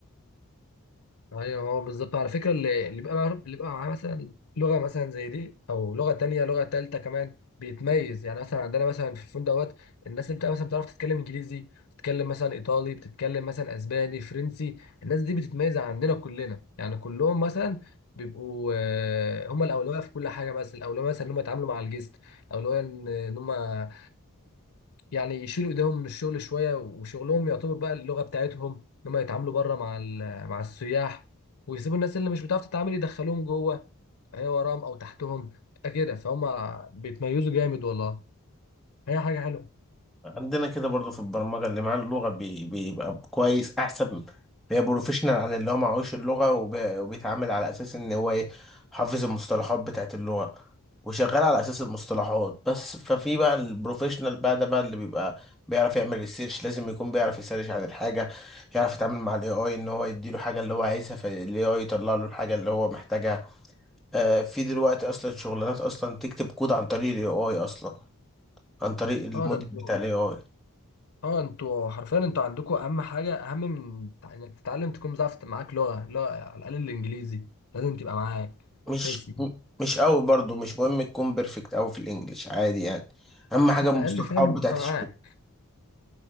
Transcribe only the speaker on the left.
ايوه هو بالظبط على فكره اللي اللي بيبقى معاه اللي بيبقى معاه مثلا لغه مثلا زي دي او لغه تانية لغه تالتة كمان بيتميز يعني مثلا عندنا مثلا في الفندق دوت الناس اللي بتبقى مثلا بتعرف تتكلم انجليزي بتتكلم مثلا ايطالي بتتكلم مثلا اسباني فرنسي الناس دي بتتميز عندنا كلنا يعني كلهم مثلا بيبقوا آه، هم الاولويه في كل حاجه مثلا الاولويه مثلا ان هم يتعاملوا مع الجست الاولويه ان إن هم آه، يعني يشيلوا ايديهم من الشغل شويه وشغلهم يعتبر بقى اللغه بتاعتهم ان هم يتعاملوا بره مع ال- مع السياح ويسيبوا الناس اللي مش بتعرف تتعامل يدخلوهم جوه هي وراهم او تحتهم تبقى كده فهم بيتميزوا جامد والله هي حاجه حلوه
اه ده انتوا
اه انتوا حرفيا انتوا عندكم اهم حاجه اهم من تع- انك تتعلم تكون بتعرف معاك لغه لغه على الاقل الانجليزي لازم تبقى معاك اساسي
بس
على
الاقل فاهم
تبقى
معاك